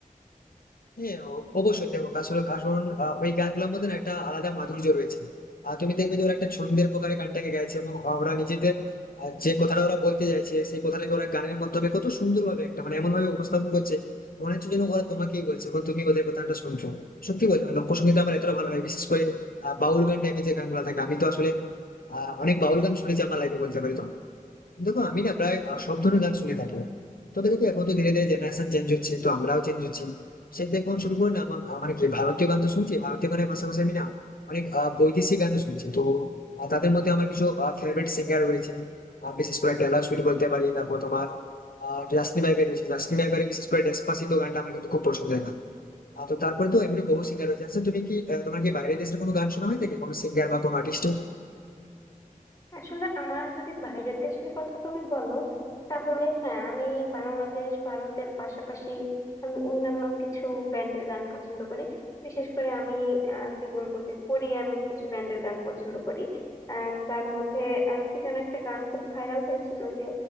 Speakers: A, on the left; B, on the left.
A: হ্যাঁ অ- অবশ্যই দেখো আসলে কারণ আহ, ওই গানগুলোর মধ্যে না একটা আলাদা মাধুর্য রয়েছে আর তুমি দেখবে যে ওরা একটা ছন্দের প্রকারে গানটাকে গাইছে এবং ওরা নিজেদের আহ, যে কথাটা ওরা বলতে চাইছে সেই কথাটাকে ওরা গানের মাধ্যমে কত সুন্দর ভাবে একটা মানে এমন ভাবে উপস্থাপন করছে মনে হচ্ছে যেন ওরা তোমাকেই বলছে এবং তুমি ওদের কথাটা শুনছো সত্যি বলছি মানে লোকসঙ্গীত আমার এতটা ভালো লাগে বিশেষ করে আহ, বাউল গান টাইপের যে গানগুলো থাকে আমি তো আসলে আহ অনেক বাউল গান শুনেছি আমার লাইফে বলতে পারি তোমাকে। দেখো আমি না প্রায় আহ, সব ধরনের গান শুনে থাকবো তবে দেখো এখন তো ধীরে ধীরে জেনারেশন চেঞ্জ হচ্ছে তো আমরাও চেঞ্জ হচ্ছি সেই থেকে এখন শুরু করে না আমার আমার কি ভারতীয় গান তো শুনছি ভারতীয় গানের পাশাপাশি আমি না অনেক আহ, বৈদেশিক গানও শুনছি তো আহ, তাদের মধ্যে আমার কিছু ফেভারিট সিঙ্গার রয়েছে আহ, বিশেষ করে টেলর সুইফট বলতে পারি তারপর তোমার আহ জাস্টিন বাইবার রয়েছে জাস্টিন বাইবারের বিশেষ করে ডেসপাসিতো গানটা আমার কিন্তু খুব পছন্দের গান আহ, তো তারপরে তো এমনি বহু সিঙ্গার রয়েছে আচ্ছা তুমি কি আহ, তোমার কি বাইরের দেশের কোনো গান শোনা হয় থাকে কোনো সিঙ্গার বা কোনো আর্টিস্ট
B: আসলে আমার যদি বাইরের দেশের কথা তুমি বলো তাহলে হ্যাঁ আমি বাংলাদেশ ভারতের পাশাপাশি আমি অন্যান্য কিছু ব্যান্ডের গান পছন্দ করি বিশেষ করে আমি আহ, কি বলবো যে কোরিয়ান কিছু ব্যান্ডের গান পছন্দ করি আহ, তার মধ্যে আহ, কি যেন একটা গান খুব ভাইরাল হয়েছিল ওই যে